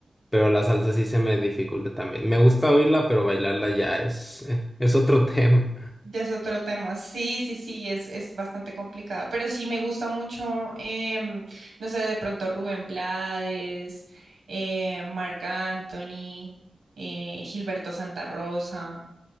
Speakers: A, on the left; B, on the right.
A: Pero la salsa sí se me dificulta también. Me gusta oírla, pero bailarla ya es, <laughs> es otro tema.
B: Ya es otro tema. Sí, sí, sí, es, es bastante complicada. Pero sí me gusta mucho, em, no sé, de pronto Rubén Blades, eh, Marc Anthony, eh, Gilberto Santa Rosa.